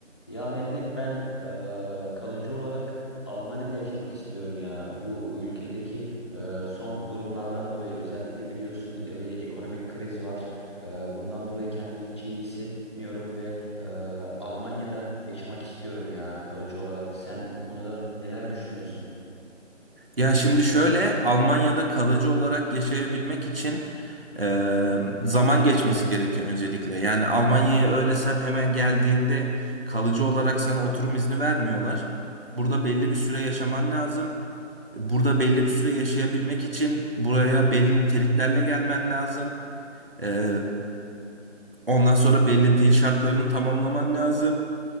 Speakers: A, on the left; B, on the right.
A: Ya Mehmet ben eee, kalıcı olarak Almanya'da yaşamak istiyorum ya. Bu ülkedeki eee, son durumlardan dolayı özellikle biliyorsun e, bir ekonomik kriz var. Eee, bundan dolayı kendimi hiç iyi hissetmiyorum ve eee, Almanya'da yaşamak istiyorum ya kalıcı olarak. Sen bu konuda neler düşünüyorsun?
B: Ya şimdi şöyle Almanya'da kalıcı olarak yaşayabilmek için e, zaman geçmesi gerekiyor öncelikle. Yani Almanya'ya öyle sen hemen geldiğinde kalıcı olarak sana oturum izni vermiyorlar. Burada belli bir süre yaşaman lazım. Burada belli bir süre yaşayabilmek için buraya belli niteliklerle gelmen lazım. E, ondan sonra belli dil şartlarını tamamlaman lazım.